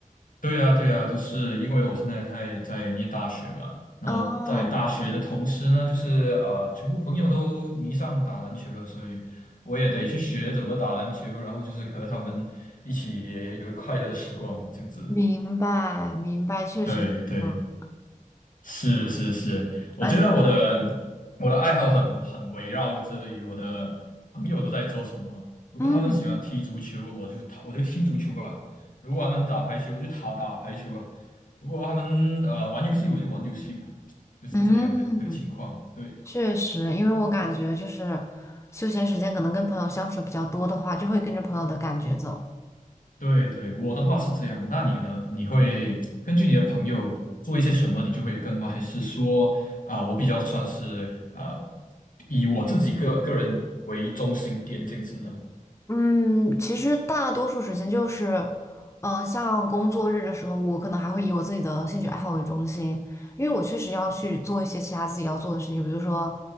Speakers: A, on the left (about 70°); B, on the left (about 20°).
A: 对呀，对呀，都是因为我现在在在念大学嘛，然后在大学的同时呢，
B: 哦，
A: 就是啊、呃全部朋友都迷上打篮球了，所以我也得去学怎么打篮球，然后就是和他们一起有快乐时光这样子。
B: 明白明白，确实。
A: 对对。
B: 啊。
A: 是是是，我觉得我的
B: 而
A: 我的爱好很很围绕着于我的朋友都在做什么。如果他们喜欢踢足球，
B: 嗯
A: 我就他我就踢足球吧；如果他们打排球，我就打打排球吧；如果他们呃玩游戏，我就玩游戏吧。就是这样的一个情况，
B: 嗯，
A: 对。
B: 确实，因为我感觉就是休闲时间可能跟朋友相处比较多的话，就会跟着朋友的感觉走。
A: 对对，我的话是这样。那你呢？你会根据你的朋友做一些什么，你就会跟吗？还是说啊、我比较算是啊、以我自己个个人为中心点这样子呢？
B: 嗯，其实大多数时间就是，嗯、像工作日的时候，我可能还会以我自己的兴趣爱好为中心，因为我确实要去做一些其他自己要做的事情，比如说